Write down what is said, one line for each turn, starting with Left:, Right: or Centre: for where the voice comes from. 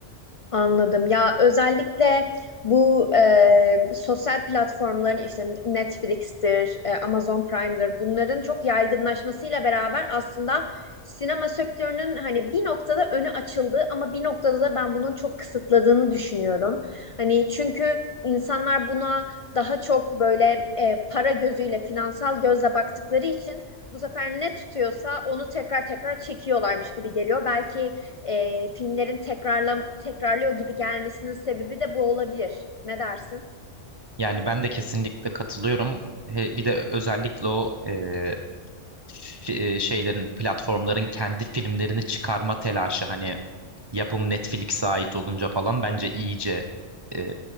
Left: Anladım. Ya özellikle bu e, sosyal platformların işte Netflix'tir, e, Amazon Prime'dir bunların çok yaygınlaşmasıyla beraber aslında sinema sektörünün hani bir noktada önü açıldı ama bir noktada da ben bunun çok kısıtladığını düşünüyorum. Hani çünkü insanlar buna daha çok böyle e, para gözüyle, finansal gözle baktıkları için bu sefer ne tutuyorsa onu tekrar tekrar çekiyorlarmış gibi geliyor. Belki e, filmlerin tekrarla tekrarlıyor gibi gelmesinin sebebi de bu olabilir. Ne dersin?
Right: Yani ben de kesinlikle katılıyorum. He- Bir de özellikle o e, fi- e, şeylerin, platformların kendi filmlerini çıkarma telaşı hani yapım Netflix'e ait olunca falan bence iyice e,